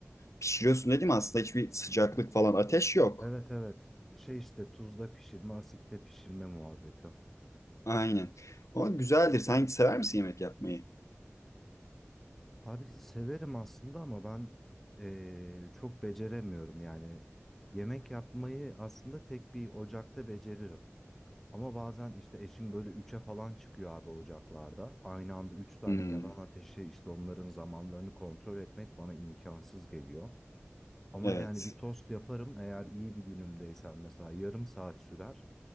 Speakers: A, on the left; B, in the centre.
A: Pişiriyorsun dedim aslında hiçbir sıcaklık falan ateş yok.
B: Evet evet. Şey işte tuzda pişirme, asitte pişirme muhabbeti.
A: Aynen. O güzeldir. Sen sever misin yemek yapmayı?
B: Abi severim aslında ama ben eee, çok beceremiyorum yani. Yemek yapmayı aslında tek bir ocakta beceririm. Ama bazen işte eşim böyle üçe falan çıkıyor abi ocaklarda. Aynı anda üç tane
A: Hmm,
B: yanan ateşe işte onların zamanlarını kontrol etmek bana imkansız geliyor. Ama
A: evet.
B: yani bir tost yaparım eğer iyi bir günümdeysem mesela yarım saat sürer.